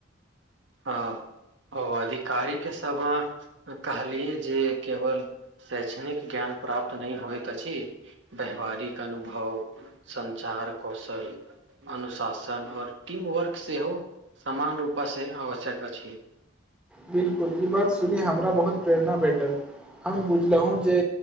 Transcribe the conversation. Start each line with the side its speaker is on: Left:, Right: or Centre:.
Right: ह ओ अधिकारी के सब कहलियए जे केवल शैक्षणिक ज्ञान प्राप्त नहि होत अछि व्याववहारिक अनुभव सं्चार कौशल अनुशासन और टीम वर्क सेहो समान रूपस <inaudible> आवश्यक अछि
Centre: बिलकुल ई बात सुनी हमरा बहुत प्रेरणा भेटल हम बुझलहुँ जे